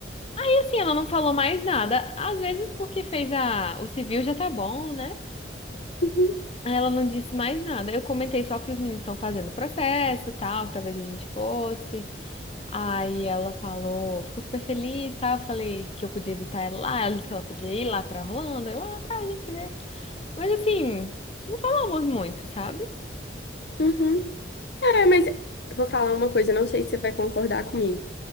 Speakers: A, on the left; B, on the left.
A: E assim, ela não falou mais nada. Às vezes, porque fez a... o civil já tá bom, né?
B: Uhum.
A: Aí Ela não disse mais nada. Eu comentei só que os meninos estão fazendo o processo e tal, que talvez a gente fosse. Aí ela falou, ficou super feliz, tá? Eu falei que eu podia visitar ela lá, ela disse que ela podia ir lá pra Orlando. Eu, ah, tá, a gente vê. Mas assim, não falamos muito, sabe?
B: Uhum. É, mas eu vou falar uma coisa, não sei se você vai concordar comigo.